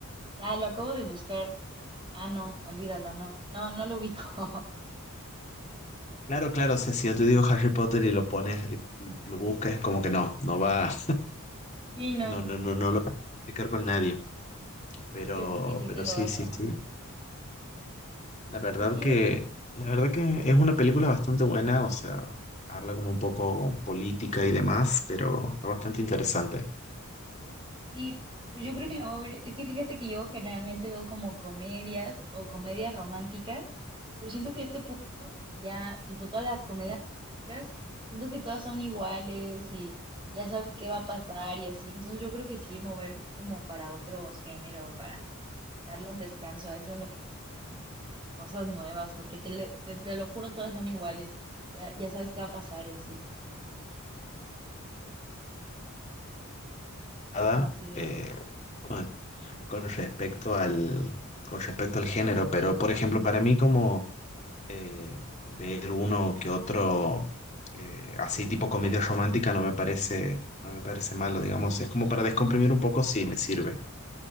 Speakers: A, on the right; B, on the left.
A: ya lo acabo de buscar. Ah, no, olvídalo, no. No, no lo ubico. <laughs>
B: claro, claro, o sea, si yo te digo Harry Potter y lo pones, y lo buscas, es como que no, no va,
A: Sí, no.
B: no, no, no, no lo va a identificar con nadie, pero,
A: Pero yo creo que sí
B: pero
A: te lo
B: sí,
A: va a
B: sí,
A: tomar.
B: sí. La verdad
A: Es que
B: que, la verdad que es una película bastante buena, o sea, habla como un poco política y demás, pero está bastante interesante.
A: sí, pues yo
B: Eh,
A: creo que la voy a ver. Es que fíjate que yo generalmente veo como comedias o comedias románticas, pero siento que a este punto ya, tipo todas las comedias románticas, siento que todas son iguales y ya sabes qué va a pasar y así. Entonces yo creo que sí, mover como para otro género, para darle un descanso a eso, en lo que mm, cosas nuevas, porque te, le- te, te lo juro, todas son iguales. Ya, ya sabes qué va a pasar y así.
B: nada,
A: O no sé.
B: eh, con, con respecto al, con respecto al género, pero por ejemplo, para mí como eh, ver uno que otro eh, así tipo comedia romántica no me parece, no me parece malo, digamos, es como para descomprimir un poco, sí, me sirve.